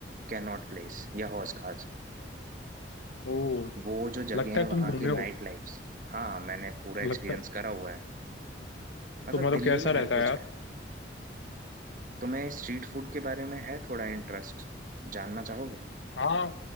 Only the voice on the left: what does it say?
ओ
लगता
है
तुम घूमे
हो
लगता
है
तो मतलब
कैसा
रहता
है यार
हाँ